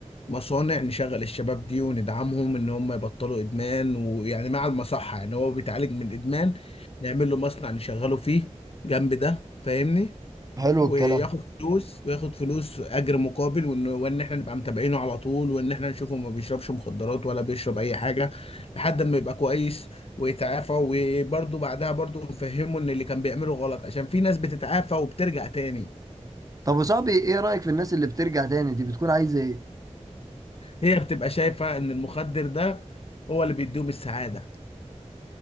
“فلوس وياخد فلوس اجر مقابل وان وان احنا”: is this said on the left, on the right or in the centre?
Left